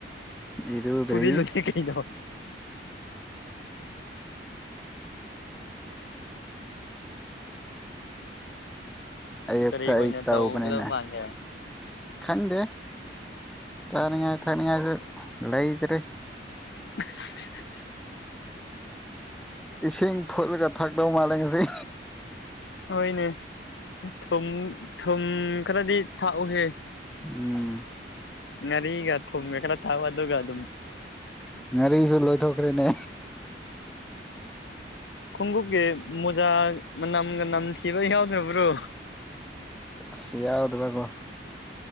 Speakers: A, in the centre; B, on the left.
A: ꯏꯔꯨꯗ꯭ꯔꯤ
B: ꯐꯖꯤ <inaudible> ꯂꯣꯅꯤ ꯀꯩꯩꯅ
A: ꯑꯩꯛꯇ
B: ꯀꯔꯤ ꯑꯣꯏꯅ
A: ꯑꯩ ꯇꯎꯕꯅꯤꯅꯦ
B: ꯇꯧꯒꯗꯕ ꯃꯥꯟꯒꯦ
A: ꯈꯪꯗꯦ ꯆꯥꯅꯤꯡꯉꯥꯏ ꯊꯛꯅꯤꯡꯉꯥꯏꯁꯨ ꯂꯩꯇ꯭ꯔꯔꯤ
B: ꯑ <unintelligible> <inaudible>
A: ꯏꯁꯤꯡ ꯐꯨꯠꯂꯒ ꯊꯥꯛꯇꯕ ꯃꯥꯂꯦꯁꯤ
B: ꯍꯣꯏꯅꯦ ꯊꯨꯝ ꯊꯨꯝ ꯈꯔꯗꯤ ꯊꯥꯛꯎꯍꯦ
A: ꯎꯝ
B: ꯉꯔꯤꯒ ꯊ ꯑꯦꯈꯔ ꯊꯥꯕꯗꯧꯒ ꯑꯗꯨꯝ
A: ꯉꯥꯔꯤꯁꯨ ꯂꯣꯏꯊꯣꯛꯈ꯭ꯔꯦꯅꯦ
B: ꯈꯨꯒꯨꯀꯤꯦ ꯃꯣꯖꯥ ꯃ ꯅꯝꯒ ꯅꯝ ꯊꯤꯕ ꯌꯥꯎꯗ꯭ꯔꯕ꯭ꯔꯣ
A: ꯁꯤ ꯌꯥꯎ ꯑꯗꯨꯒ ꯀꯣ